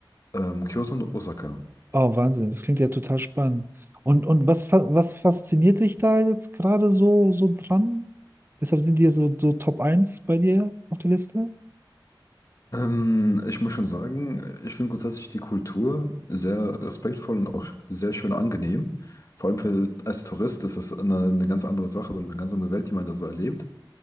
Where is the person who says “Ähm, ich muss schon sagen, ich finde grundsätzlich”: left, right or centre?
Left